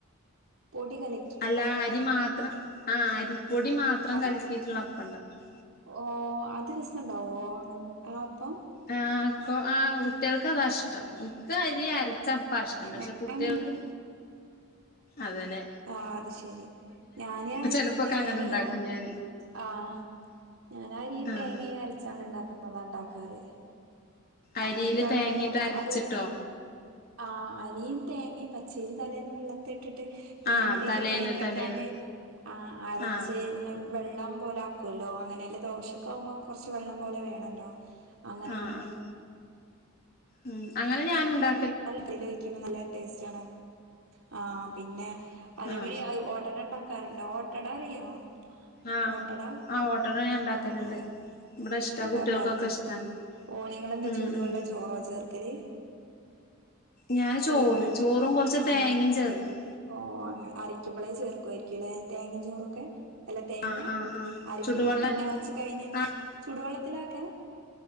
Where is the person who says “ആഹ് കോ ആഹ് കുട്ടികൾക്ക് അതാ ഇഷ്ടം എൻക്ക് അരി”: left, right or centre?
Left